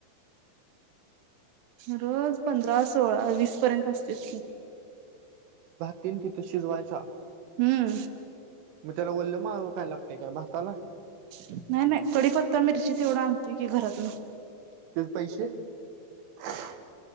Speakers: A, on the right; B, on the right.
A: रोज पंधरा, सोळा, वीसपर्यंत असतेत की.
B: तीन तिथं शिजवायचा
A: हम्म.
B: मी त्याला बोलल माळवं काय लागत काय भाताला
A: नाही-नाही कढीपत्ता, मिरची तेवढ आणतोय की घरातन
B: त्याच पैसेे <inaudible>